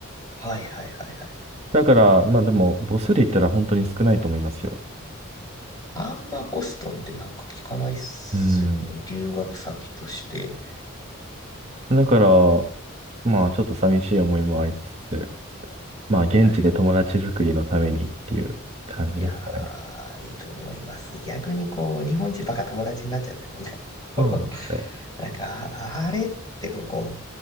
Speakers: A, on the left; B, on the right.
A: はいはいはいはい。
B: だから、まあでも、母数で言ったら本当に少ないと思いますよ。
A: あんまボストンってなんか聞かないっすよね。
B: うん。
A: 留学先として。
B: だから、まあ、ちょっと寂しい思いもありつつ、まあ、現地で友達作りのためにっていう感じですかね。
A: いや、でも、いやー、いいと思います。逆にこう、日本人ばっか友達になっちゃってもね。
B: そうなんですよ。
A: <laughs> なんか、ああれってこう、こ